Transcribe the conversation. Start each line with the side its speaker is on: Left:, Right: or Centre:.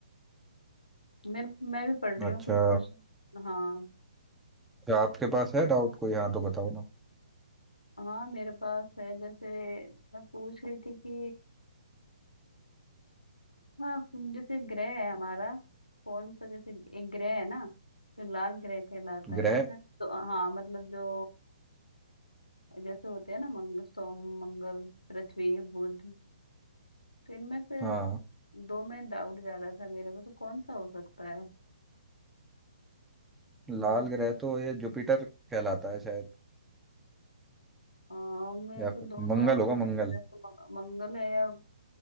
Left: मेरे मैं भी पढ़ रही
Centre: अच्छा
Left: हूँ कुछ क्वेश्चन हाँ
Centre: क्या आपके पास है डाउट कोई हाँ तो बताओ ना
Left: हाँ मेरे पास है जैसे मैं पूछ रही थी कि हाँ जैसे ग्रह है हमारा कौन सा जैसे एक ग्रह है ना जो लाल ग्रह कहलाता है
Centre: ग्रह
Left: इसमें तो हाँ मतलब जो जैसे होते हैं ना मंगल सोम मंगल पृथ्वी बुध तो इनमें से
Centre: हाँ
Left: दो में डाउट जा रहा था मेरे को तो कौन सा हो सकता है हम्म,
Centre: लाल ग्रह तो ये जुपिटर कहलाता है शायद
Left: हाँ मेरे
Centre: या
Left: को
Centre: फिर
Left: दोनों
Centre: मंगल
Left: ऑप्शन
Centre: होगा
Left: लगते
Centre: मंगल
Left: हैं तो म- मंगल है या